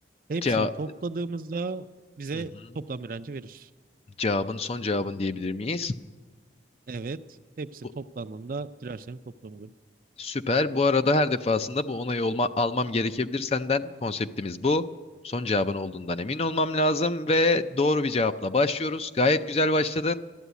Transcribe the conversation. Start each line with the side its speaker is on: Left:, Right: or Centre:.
Right: Hepsini
Left: Cevap,
Right: topladığımızda bize
Left: hı hı.
Right: toplam direnci verir.
Left: Cevabın son cevabın diyebilir miyiz?
Right: Evet. Hepsi
Left: Bu,
Right: toplandığında tirajların toplamıdır.
Left: süper. Bu arada her defasında bu onayı olma, almam gerekebilir senden. Konseptimiz bu. Son cevabın olduğundan emin olmam lazım ve doğru bir cevapla başlıyoruz. Gayet güzel başladın